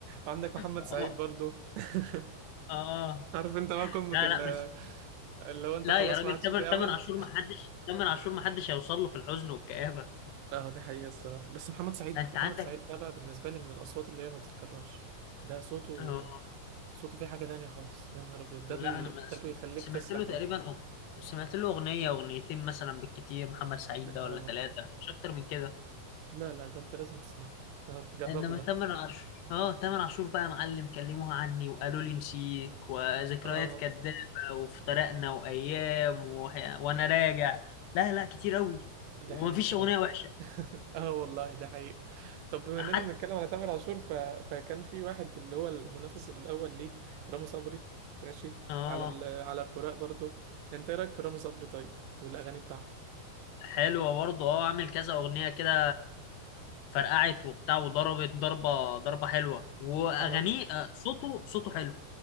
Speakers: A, on the right; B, on the left.
A: عندك محمد
B: آه،
A: سعيد برضو <laughs>
B: اه
A: عارف انت بقى قمة
B: لا
A: ال-
B: لا بس
A: اللي هو انت
B: لا
A: خلاص
B: يا راجل
A: ما عادش
B: تمن
A: فيه
B: تمن
A: امل
B: عاشور ما حدش تمن عاشور ما حدش هيوصل له في الحزن والكآبة
A: اه دي حقيقة الصراحة بس محمد سعيد
B: انت
A: محمد
B: عندك
A: سعيد ده بقى بالنسبة لي من الأصوات اللي هي ما تتكررش ده صوته
B: اه
A: صوته فيه حاجة تانية خالص يا نهار أبيض ده
B: لا
A: بي...
B: انا ما
A: ده
B: سم-
A: بيخليك
B: سمعت
A: تسرح
B: له تقريبا
A: وت...
B: أغ... سمعت له اغنية اغنيتين مثلا بالكتير محمد سعيد ده
A: اه
B: ولا ثلاثة مش اكتر من كده
A: لا لا ده انت لازم تسمع له اه تجربه
B: انما
A: ده
B: تمن عاشور اه تمن عاشور بقى يا معلم كلموها عني وقالوا لي نسيك وذكريات
A: اه
B: كدابة وافترقنا وايام وح... وانا راجع لا لا كتير قوي
A: ده
B: ومفيش
A: حقيقي الصراحة
B: اغنية وحشة
A: <laughs> اه والله ده حقيقي طب بما
B: حتى
A: اننا بنتكلم على تامر عاشور ف... فكان في واحد اللي هو المنافس الاول ليه رامي صبري ماشي
B: اه
A: على ال... على الفراق برضو انت إيه رايك في رامي صبري طيب والاغاني بتاعته
B: حلوة برضه اه عامل كذا أغنية كده فرقعت وبتاع وضربت ضربة ضربة حلوة وأغانيه
A: انا اكتر
B: آه، صوته صوته حلو